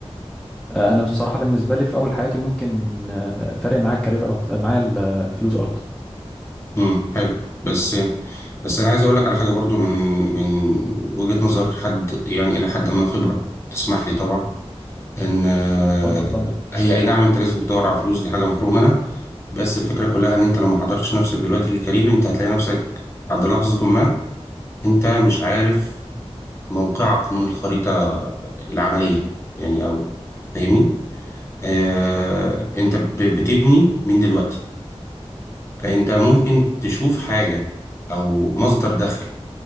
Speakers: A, in the centre; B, on the left (about 25°).
A: آه، انا بصراحه بالنسبه لي في اول حياتي ممكن آه، فارق معايا الكارير اكتر معايا ال- الفلوس اكتر
B: امم حلو بس بس انا عايز اقول لك على حاجة برضو من من وجهة نظر حد يعني الى حد ما خبرة تسمح لي طبعا ان آه،
A: اتفضل طبعا
B: هي اي نعم انت لازم تدور على فلوس دي حاجه مفروغ منها بس الفكره كلها ان انت لو ما حضرتش نفسك دلوقتي للكارير انت هتلاقي نفسك عند لحظه ما انت مش عارف موقعك من الخريطه العمليه يعني او فاهمني آه انت ب- بتبني من دلوقتي فانت ممكن تشوف حاجه او مصدر دخل